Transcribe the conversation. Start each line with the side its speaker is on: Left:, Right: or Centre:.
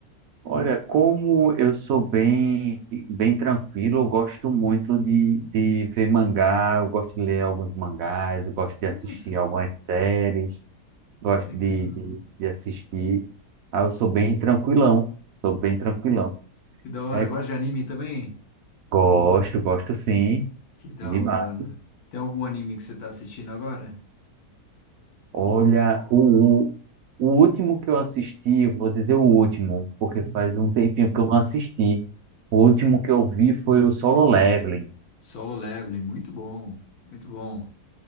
Right: Olha, como eu sou bem, bem tranquilo, eu gosto muito de, de ver mangá, eu gosto de ler alguns mangás, eu gosto de
Left: Nossa,
Right: assistir algumas séries, gosto
Left: que legal.
Right: de, de, de assistir. Ah, eu sou bem tranquilão, sou bem tranquilão.
Left: Que da hora.
Right: É,
Left: Gosta de anime também?
Right: gosto, gosto sim,
Left: Que da
Right: demais.
Left: hora. Tem algum anime que você tá assistindo agora?
Right: Olha, o, o último que eu assisti, vou dizer o último, porque
Left: Uhum.
Right: faz um tempinho que eu não assisti. O último que eu vi foi o Solo Leveling.
Left: Solo Leveling, muito bom, muito bom.